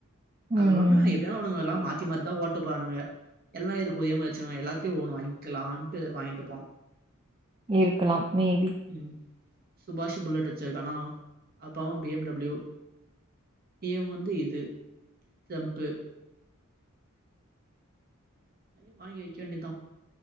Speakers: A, on the right; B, on the right.
A: அதுவு
B: ம்
A: இல்லாம எப்புடியு அவுனுங்க எல்லா மாத்தி மாத்திதா ஓட்டப்போறானுங்க எல்லா எதுக்கு ஒரே மாரி வெச்சிருக்குனு எல்லாத்தையு ஒவ் ஒன்னு வாங்கிலான்டு வாங்கிட்டிருபா
B: இருக்கலாம் மேபி
A: ம் சுபாஷ் புல்லட் வெச்சிருக்கானா அப்பாவும் பி எம் டபிள்யூ இவன் வந்து இது ஜம்பு அப்டியே வாங்கி வெக்க வேண்டிதா